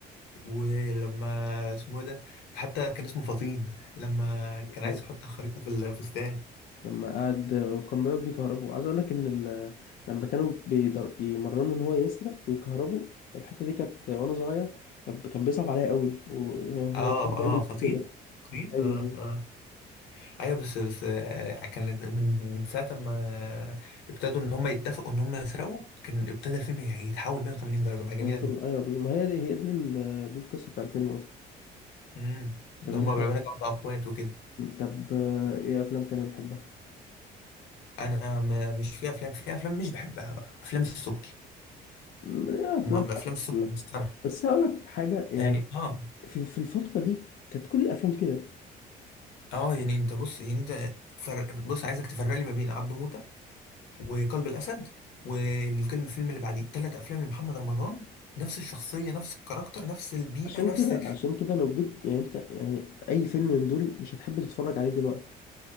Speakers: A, on the left; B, on the left.
A: ولما اسمه إيه ده حتى كان اسمه فطين لما كان
B: فاكر
A: عايز يحط الخريطة في الفستان
B: لما قعد وكان بيقعد بيكهربوا عايز أقول لك إن ال... لما كانوا بيدر... يمرنوا إن هو يسرق ويكهربوا الحتة دي كانت وأنا صغير كان كان بيصعب عليا أوي وهو
A: اه
B: إزاي بيعمل
A: اه فطين
B: كده
A: فطين
B: أيوه
A: اه
B: أيوة.
A: اه ايوه بس بس آه، كانت من, من ساعة ما ابتدوا ان هم يتفقوا ان هم يسرقوا كان ابتدى الفيلم يتحول 180 درجة بقى جميل
B: الفيلم
A: اوي
B: ايوه بالظبط ما هي دي هي دي ال- دي القصه بتاع الفيلم اصلا
A: امم ان
B: طب
A: هم
B: انت
A: بقى اخوات وكده
B: طب آه، ايه افلام تانية بتحبها
A: انا ما- مش في افلام في افلام مش بحبها بقى افلام السبكي
B: م، ايه افلام
A: ما- ما افلام
B: حب
A: السبكي
B: كلها
A: مسخره
B: بس هقول لك حاجه يعني
A: يعني اه
B: في في الفتره دي كانت كل الافلام كده
A: اه يعني انت بص يعني انت فر... بص عايزك تفرق لي ما بين عبده موتة وقلب الاسد والفيلم الفيلم اللي بعديه ثلاث افلام لمحمد رمضان نفس الشخصيه نفس الكاركتر نفس البيئه
B: عشان
A: نفس
B: كده عشان كده لو جيت يعني انت يعني اي فيلم من دول مش هتحب تتفرج عليه دلوقتي